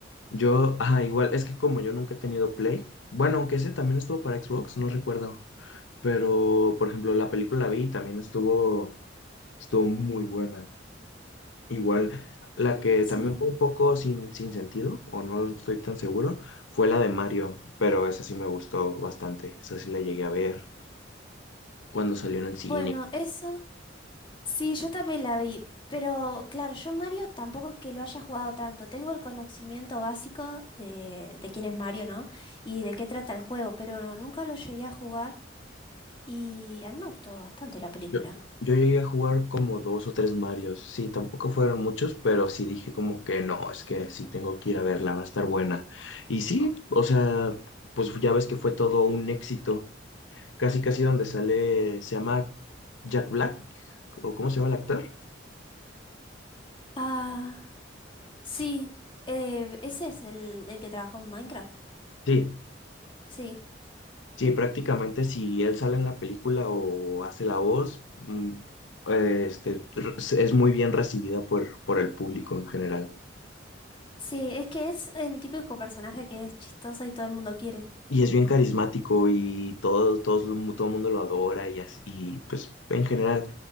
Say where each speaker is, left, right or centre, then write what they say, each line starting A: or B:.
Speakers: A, on the left; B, on the left.
A: Yo, ah, igual, es que como yo nunca he tenido Play, bueno, aunque ese también estuvo para Xbox, no recuerdo. Pero, por ejemplo, la película la vi y también estuvo, estuvo muy buena. Igual, la que
B: Sí.
A: también fue un poco sin, sin sentido, o no estoy tan seguro, fue la de Mario, pero esa sí me gustó bastante, esa sí la llegué a ver cuando salió en el cine.
B: Bueno, eso. Sí, yo también la vi. Pero claro, yo Mario tampoco es que lo haya jugado tanto. Tengo el conocimiento básico de, de quién es Mario, ¿no? Y de qué trata el juego, pero nunca lo llegué a jugar. Y a mí me gustó bastante la película.
A: Yo, yo llegué a jugar como dos o tres Marios, sí, tampoco fueron muchos, pero sí dije como que no, es que sí tengo que ir a verla, va a estar buena. Y sí, o sea, pues ya ves que fue todo un éxito, casi casi donde sale, se llama Jack Black, o cómo se llama el actor.
B: Ah, sí, eh, ese es el, el que trabajó en Minecraft.
A: Sí,
B: Sí,
A: Sí, prácticamente si él sale en la película o hace la voz, mm, eh, este, r- es muy bien recibida por, por el público en general.
B: sí, es que es el típico personaje que es chistoso y todo el mundo quiere.
A: Y es bien carismático y todo, todos lo todo el mundo lo adora y así, y, pues en general.